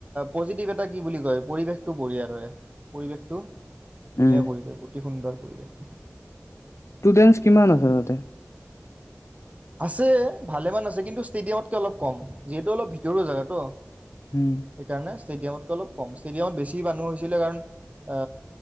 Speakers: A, on the right; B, on the left.
A: পজিটিভ এটা। কি বুলি কয় পৰিৱেশটো বঢ়িয়া তাৰে পৰিৱেশটো। ধুনীয়া
B: উম
A: পৰিৱেশ। অতি সুন্দৰ। কৰিব।
B: ষ্টুডেন্ছ কিমান আছে তাতে?
A: আছে, ভালেমান আছে। কিন্তু ষ্টেডিয়ামতকে অলপ কম। যিহেতু অলপ ভিতৰুৱা জাগাটো।
B: উম
A: সেইকাৰণে ষ্টেডিয়ামতকে অলপ কম। ষ্টেডিয়ামত বেছি মানুহ হৈছিলে কাৰণ এ,